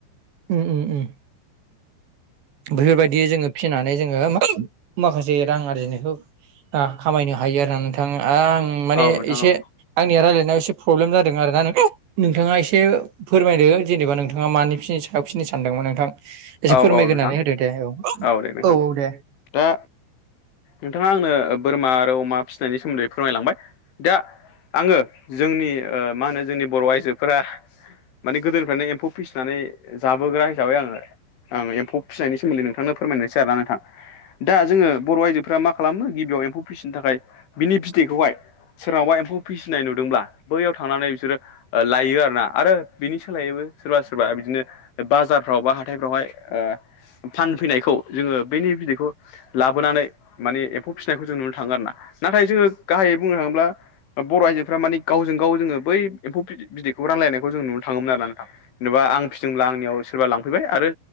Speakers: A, on the right (about 70°); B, on the left (about 85°).
A: उम उम उम बेफोरबायदि जोङो फिसिनानै जोङो मा-माखासे रां आरजिनायखौ आ खामायनो हायो आरोना नोंथां आं माने
B: औ नोंथां औ
A: आंनिया रायजलायनायाव एसे प्रब्लेम जादों आरो ना नोंथाङा एसे फोरमायदो जेनेबा नोंथाङा मानि फि-फिनो सानदोंमोन नोंथां एसे
B: औ
A: फोरमायग्रानै
B: औ नोंथां
A: होदो दे औ
B: औ दे नोंथां
A: औ दे
B: दा नोंथाङा आंनो बोरमा आरो अमा फिसिनायनि सोमोन्दै फोरमायलांबाय दा आङो जोंनि ओ मा होनो जोंनि बर' आइजोफोरा माने गोदोनिफ्रायनो एम्फौ फिसिनानै जाबोग्रा हिसाबै आङो एमफौ फिनायनि सोमोनदै नोंथांनो फोरमायनोसै आरो ना नोंथां दा जोङो बर' आइजोफ्रा मा खालामो गिबियाव एम्फौ फिसिनो थाखाय बिनि बिदैखौहाय सोरनावबा एम्फौ फिसिनाय नुदोंब्ला बैयाव थांनानै बिसोरो ओ लायो आरो ना आरो बिनि सोलायैबो सोरबा सोरबा बिदिनो बाजारफ्राव बा हाथायफ्रावहाय ओ फानफैनायखौ जोङो बैनि बिदैखौ लाबोनानै माने एम्फौ फिसिनायखौ जों नुनो थाङो आरो ना नाथाय जोङो गाहायै बुंनो थाङोब्ला बर' आइजोफ्रा मानि गावजों गाव जोङो बै एम्फौ बिदैखौ रानलायनायखौ जों नुनो थाङोमोन आरो ना नोंथां जेनेबा आं फिदोंब्ला आंनियाव सोरबा लांफैबाय आरो